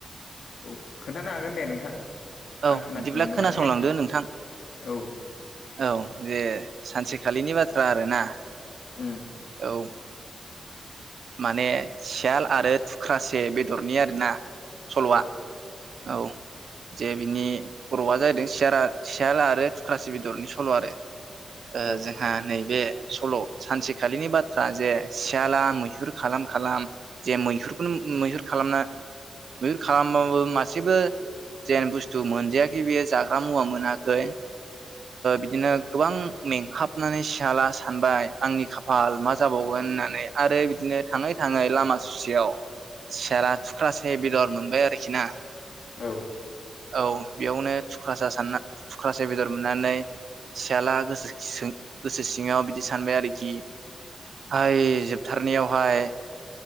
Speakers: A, on the left; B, on the right.
A: औ खोन्थानो हागोन दे नोंथां
B: औ
A: आं खोनासंगोन
B: बिदिब्ला
A: मोजांनो
B: खोनासंलांदो नोंथां
A: औ
B: औ जे सानसेखालिनि बाथ्रा आरो ना
A: उम
B: औ
A: <inaudible>
B: माने सियाल आरो थुख्रासे बेदरनि आरोना सल'आ
A: औ
B: औ जे बिनि खर'आ जाहैदों सियाल सियाल आरो थुख्रासे बेदरनि सल' आरो ओ
A: औ
B: जोंहा नैबे सल' सानसेखालिनि बाथ्रा जे सियाला मैहुर खालाम खालाम जे मैहुरखौनो मैहुर खालामना मैहुर खालामाबो मा <unintelligible> मोसेबो जेन बुस्थु मोनजायाखै बेयो जाग्रा मुवा मोनाखै बिदिनो गोबां मेंहाबनानै सियाला सानबाय आंनि खा फाल मा जाबावगोन होननानै आरो बिदिनो थाङै थाङै लामा ससेयाव सियाला थुख्रासे बेदर मोनबाय आरोखि ना
A: औ
B: औ बेयावनो थुख्रासा <unintelligible> सान थुख्रासे बेदर मोननानै सियाला गोसो गोसो सिङाव बिदि सानबाय आरोखि हाय जोबथारनायावहाय